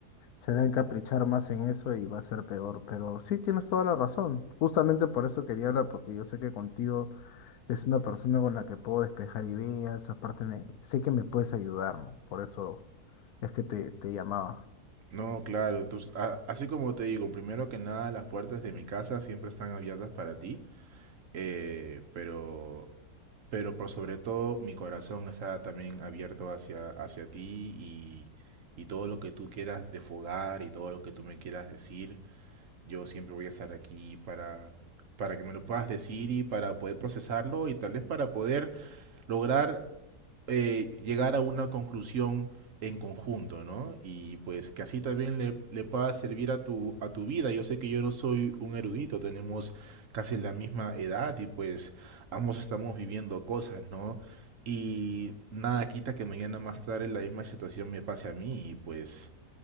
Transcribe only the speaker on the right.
No, claro, tú- a- así como te digo, primero que nada las puertas de mi casa siempre están abiertas para ti, eh, pero Pero por sobre todo, mi corazón está también abierto hacia, hacia ti y, y todo lo que tú quieras defogar y todo lo que tú me quieras decir, yo siempre voy a estar aquí para, para que me lo puedas decir y para poder procesarlo y tal vez para poder lograr eh, llegar a una conclusión en conjunto, ¿no? Y pues que así también le, le pueda servir a tu, a tu vida. Yo sé que yo no soy un erudito, tenemos casi la misma edad y pues ambos estamos viviendo cosas, ¿no? Y nada quita que mañana más tarde la misma situación me pase a mí y pues